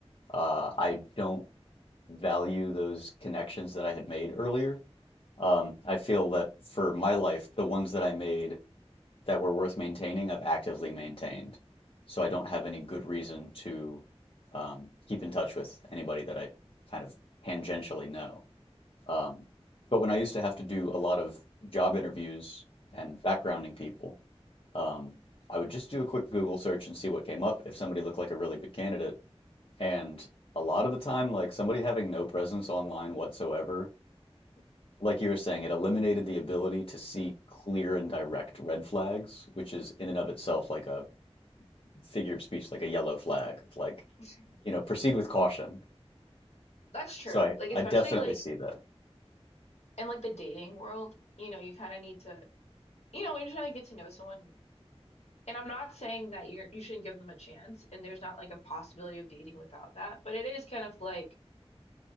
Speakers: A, on the left; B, on the left.
A: uh I don't value those connections that I had made earlier. Um, I feel that for my
B: Hmm.
A: life, the ones that I made that were worth maintaining, I've actively maintained. So I don't have any good reason to um, keep in touch with anybody that I kind of tangentially know. Um, but when I used to have to do a lot of job interviews and backgrounding people, um, I would just do a quick Google search and see what came up if somebody looked like a really good candidate. And a lot of the time, like somebody having no presence online whatsoever like you were saying, it eliminated the ability to see clear and direct red flags, which is in and of itself like a figure of speech, like a yellow flag. It's like,
B: <laughs>
A: you know, proceed with caution.
B: That's true.
A: So I,
B: Like
A: I
B: especially
A: definitely
B: like
A: see that.
B: in like the dating world, you know, you kind of need to, you know, when you're trying to get to know someone. And I'm not saying that you're you shouldn't give them a chance, and there's not like a possibility of dating without that, but it is kind of like